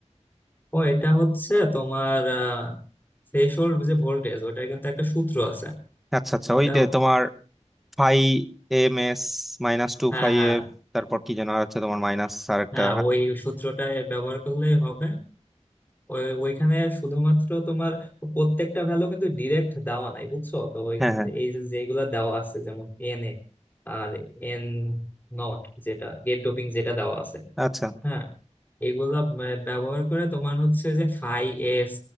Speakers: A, on the left (about 15°); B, in the centre.
A: ও এটা হচ্ছে তোমার থ্রেশোল্ড যে ভোল্টেজ ওটার কিন্তু একটা সূত্র আছে
B: আচ্ছা আচ্ছা
A: ওটা
B: ওই যে তোমার five M S minus two
A: হ্যাঁ
B: five
A: হ্যাঁ
B: F তারপর কি যেন আছে তোমার মাইনাস আর একটা
A: হ্যাঁ ওই সূত্রটা ব্যবহার করলেই হবে ওই ওইখানে শুধুমাত্র তোমার প্রত্যেকটা ভ্যালু কিন্তু ডিরেক্ট দেওয়া নাই বুঝছো তো ওইখান
B: হ্যাঁ হ্যাঁ
A: থেকে এই যে যেগুলা দেওয়া আছে যেমন N A R N not যেটা গেট ডোপিং যেটা দেওয়া আছে
B: আচ্ছা
A: হ্যাঁ এগুলা ব্য- ব্যবহার করে তোমার হচ্ছে যে ফাই এস